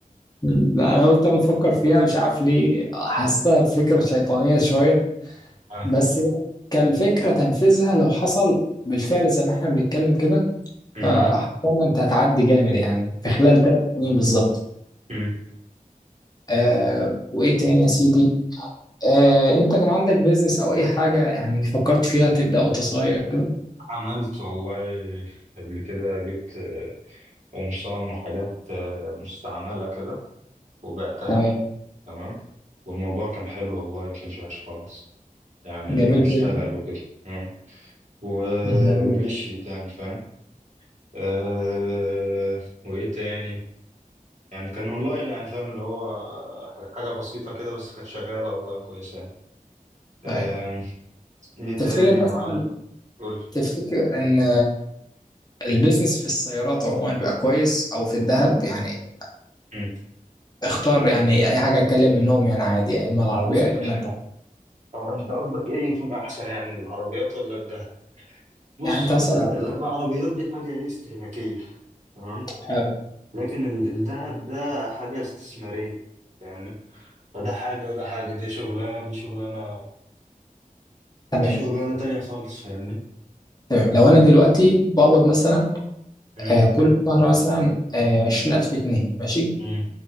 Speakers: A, on the left; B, on the right.
A: لا انا قلت انا بفكر فيها مش عارف ليه حاسه فكره شيطانيه شويه
B: آه.
A: بس هي كالفكره تنفيذها لو حصل بالفعل زي ما احنا بنتكلم كده
B: مم.
A: فحرفيا انت هتعدي جامد يعني في خلال ثلاث سنين بالظبط
B: مم.
A: آه وايه تاني يا سيدي آه انت كان عندك بيزنس او اي حاجه يعني فكرت فيها تبدا وانت صغير كده
B: عملت والله قبل كده جبت آه، أم صام وحاجات آه، مستعملة كده وبعتها
A: تمام
B: تمام والموضوع كان حلو والله ما كانش وحش خالص يعني
A: جميل
B: واشتغل
A: جدا
B: وكده مم. ومشيت
A: جميل.
B: يعني فاهم أه وإيه تاني يعني كان أونلاين يعني فاهم اللي هو حاجة بسيطة كده بس كانت شغالة والله كويسة يعني أه
A: تمام
B: إيه تاني
A: تفتكر
B: يا
A: مثلا
B: معلم قول
A: تفتكر ان البيزنس في السيارات عموما بقى كويس او في الذهب يعني
B: مم.
A: اختار يعني اي حاجه اتكلم منهم يعني عادي يا اما العربيه يا
B: طب،
A: اما الدهب
B: هو أنت قصدك إيه يكون أحسن يعني العربيات ولا الدهب؟ بص
A: يعني انت مثلا
B: ال-
A: لو-
B: ال- العربيات دي حاجة ايه استهلاكية تمام
A: حلو
B: لكن ال- الذهب ده حاجة استثمارية يعني فده حاجة وده حاجة دي شغلانة ودي شغلانة
A: تمام
B: ودي شغلانة تانية خالص فاهمني
A: تمام لو انا دلوقتي بقبض مثلا
B: امم
A: آه، كل شهر مثلا آه، عشرين ألف جنيه ماشي
B: امم